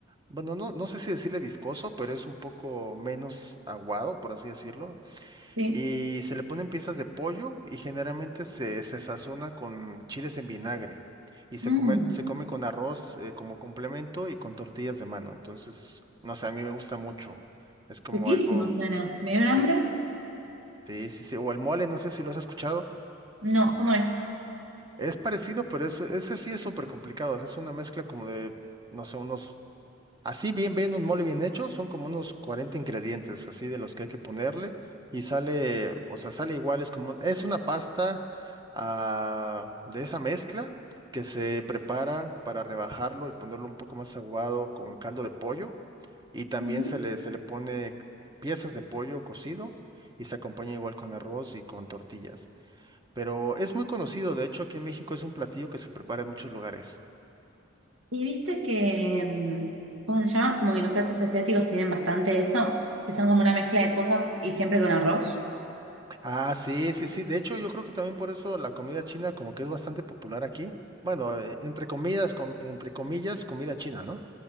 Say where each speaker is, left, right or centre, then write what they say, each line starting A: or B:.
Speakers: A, on the right (about 20°); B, on the right (about 90°).
A: bueno, no, no sé si decirle viscoso, pero es un poco menos aguado, por así decirlo.
B: Sí.
A: Y se le ponen piezas de pollo y generalmente se, se sazona con chiles en vinagre. Y se
B: Mmm,
A: come, se come con arroz, eh, como complemento y con tortillas de mano. Entonces, no sé, a mí me gusta mucho. Es como
B: riquísimo
A: algo
B: suena. ¿Me dio un hambre?
A: Sí. Sí, sí, sí. O el mole, no sé si lo has escuchado.
B: No, ¿cómo es?
A: Es parecido, pero es- ese sí es súper complicado. Es una mezcla como de, no sé, unos Así bien, bien, un mole bien hecho, son como unos 40 ingredientes, así de los que hay que ponerle, y sale, o sea, sale igual, es como, un- es una pasta ah, de esa mezcla que se prepara para rebajarlo y ponerlo un poco más aguado con caldo de pollo, y también
B: Ujú.
A: se le, se le pone piezas de pollo cocido, y se acompaña igual con arroz y con tortillas. Pero es muy conocido, de hecho, aquí en México es un platillo que se prepara en muchos lugares.
B: Y viste que, mm, ¿cómo se llama? Como que los platos asiáticos tienen bastante eso, que son como una mezcla de cosas y siempre con arroz.
A: Ah, sí, sí, sí. De hecho, yo creo que también por eso la comida china como que es bastante popular aquí. Bueno, eh, entre comidas, com- entre comillas, comida china, ¿no?